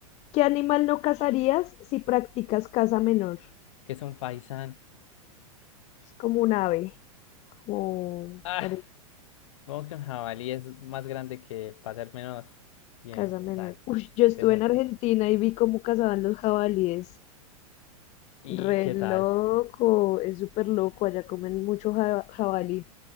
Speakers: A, on the left; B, on the left.
A: qué animal no cazarías si practicas caza menor?
B: que es un faisán.
A: Es como un ave, como
B: Ah,
A: parece.
B: supongo que un jabalí es más grande que para ser menos. Bien,
A: Caza menor.
B: tal.
A: Uy, yo estuve
B: Decente.
A: en Argentina y vi cómo cazaban los jabalíes.
B: ¿Y
A: Re
B: qué
A: loco,
B: tal?
A: es súper loco. Allá comen mucho ja- jabalí.